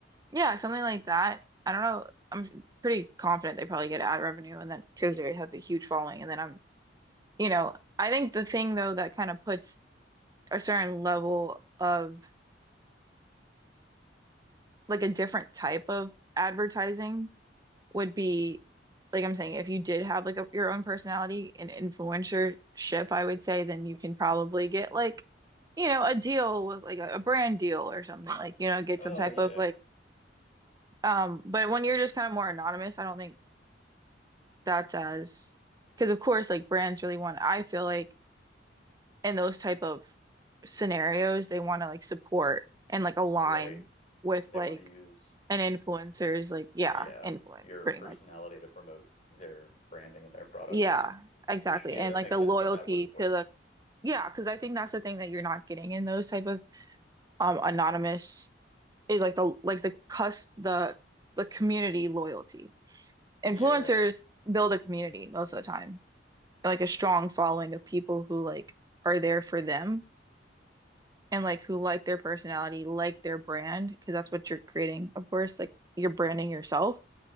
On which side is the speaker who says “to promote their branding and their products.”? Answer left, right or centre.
Left